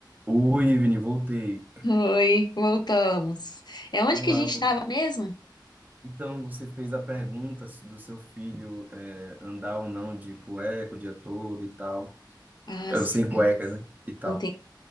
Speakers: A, on the right (about 20°); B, on the left (about 60°).
A: Oi, Ivni, voltei.
B: Oi, voltamos. É onde
A: Vamos
B: que
A: lá.
B: a gente
A: vamos-
B: estava mesmo?
A: Então, você fez a pergunta do seu filho é, andar ou não de cueca o dia todo e tal.
B: Ah,
A: É,
B: sim,
A: sem cueca, né? E tal.
B: entendi.